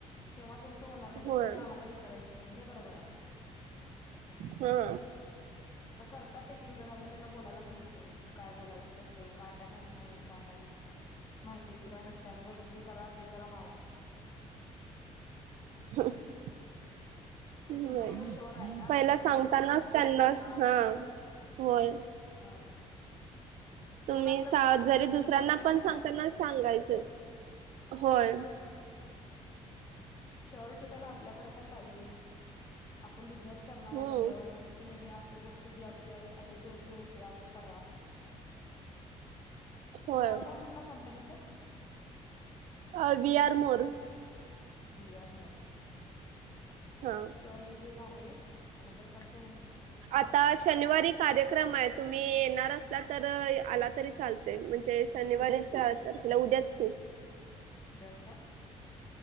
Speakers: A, on the left; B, on the right.
A: तेव्हा तुमचं होणार नाही तर
B: होय
A: तुम्ही आम्हाला विचारायचं आणि हे बरोबर आहे.
B: हा
A: द करतात एक एक जण अजून त्यांना. बोलायला पण येत नाही काय बोलायचं असते काय माहत नाही काय नाही माहिती काय नस. त्या हे करा ते करा माग.
B: हम्म.
A: हे तुमचं
B: हम्
A: कसं शुअर आहे ना
B: पहिला सांगतानाच
A: हंड्रेड पर्सेंट शुअर
B: त्यांनाच
A: झाले की
B: हा. होय.
A: हा शुअर
B: तुम्ही
A: असलं तर माणूस
B: जरी
A: कसं
B: दुसऱ्यांना
A: विचार करत
B: पण
A: नाही
B: सांगताना
A: ओ.
B: सांगायचं. होय.
A: शरिटी प आपल्याकडे पण पाहिजे आपण बिझनेस.. करणार आहे
B: हम्म
A: म्हटल्यावर नाही हे अस गोष्ट ही अशी आहे अशाची अशी होते अशी करा. तुझं
B: होय
A: नाव काय म्हटलं कंपनीचं?
B: अ we are more.
A: We are more
B: हा
A: सनेजेक आहे आणि परतमच्या...
B: आता शनिवारी कार्यक्रम आहे तुम्ही येणार? तर आला तरी चालत म्हणजे शनिवारी चार तारखेला उद्याच की.
A: उद्या अस का?